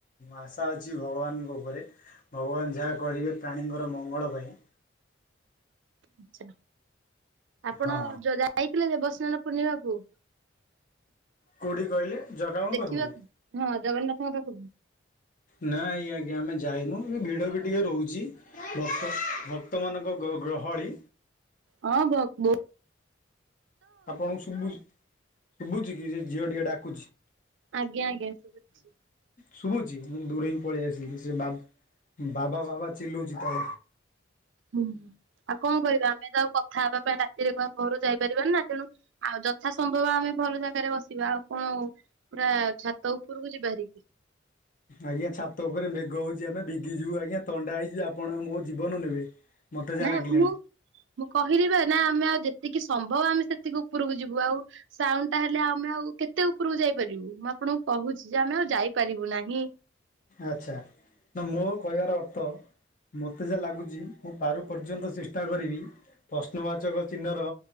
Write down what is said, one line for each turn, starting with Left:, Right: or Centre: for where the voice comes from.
Left: ଆଶା ଅଛି ଭଗବାନଙ୍କ ଉପରେ। ଭଗବାନ ଯାହା କହିବେ ପ୍ରାଣୀଙ୍କର ମଙ୍ଗଳ ପାଇଁ।
Right: ଆଚ୍ଛା, ଆପଣ
Left: ହଁ
Right: ଯା ଯାଇଥିଲେ ଦେବସ୍ନାନ ପୂର୍ଣ୍ଣିମାକୁ?
Left: କୋଉଠି କହିଲେ? ଜଗାଙ୍କ
Right: ଦେଖିବାକୁ
Left: ପାଖକୁ?
Right: ହଁ ଜଗନ୍ନାଥଙ୍କ ପାଖକୁ।
Left: ନା ଏଇ ଆଜ୍ଞ ଜ୍ଞା ଆମେ ଯାଇନୁ ଏ ଭିଡ଼ ବି ଟିକେ ରହୁଚି ଭକ୍ତ ଭକ୍ତମାନଙ୍କ ଗ ଗ୍ରହଳି
Right: ହଁ ଭ ବହୁ
Left: ଆପଣଙ୍କୁ ଶୁଭୁ ଶୁଭୁଚି କି ସେ ଝିଅ ଟିକେ ଡାକୁଚି।
Right: ଆଜ୍ଞା ଆଜ୍ଞା ସୁବୁଚି ଶୁବୁ
Left: ଶୁଭୁଚି ମୁଁ ଦୂରେଇ ପଳେଇ ଆସିଲି ସେ ବା ବାବା ଚିଲଉଚି ତ
Right: ହୁଁ ଆଉ କଂ କରିବା ଆମେ ତ ଆଉ କଥା ହବା ପାଇଁ ରାତିରେ ଘ ଘରୁ ଯାଇପାରିବାନି ନା ତେଣୁ ଆଉ ଯଥା ସମ୍ଭବ ଆମେ ଭଲ ଜାଗାରେ ବସିବା ଆଉ କଣ ହ ପୁରା ଛାତ ଉପରକୁ ଯିବା ହାରିକି।
Left: ଆଜ୍ଞା ଛାତ ଉପରେ ମେଘ ହଉଛି ଆମେ ଭିଗିଯିବୁ ଆଜ୍ଞା ଥଣ୍ଡା ହେଇଜି ଆପଣ ମୋ ଜୀବନ ନେବେ। ମତେ ଯାହା
Right: ନାଇଁ
Left: ଲାଗିଲାଣି।
Right: ଯେ ମୁଁ ମୁଁ କହିଲିବା ନା ଆମେ ଆଉ ଯେତିକି ସମ୍ଭବ ଆମେ ସେତିକି ଉପରକୁ ଯି ବୁ ଆଉ ସାଉଣ୍ଡ ଟା ହେଲେ ଆମେ ଆଉ କେ ତେ ଉପରକୁ ଯାଇପାରିବୁ ମୁଁ ଆପଣଙ୍କୁ କହୁଛି ଯେ ଆମେ ଆଉ ଯାଇପାରିବୁ ନାହିଁ।
Left: ଆଛା ତ ମୋ କହିବାର ଅତ୍ତ ମୋତେ ଯା ଲାଗୁଛି ମୁଁ ପାରୁ ପର୍ଯ୍ୟନ୍ତ ଚେଷ୍ଟା କରିବି ପ୍ରଶ୍ନବାଚକ ଚିହ୍ନର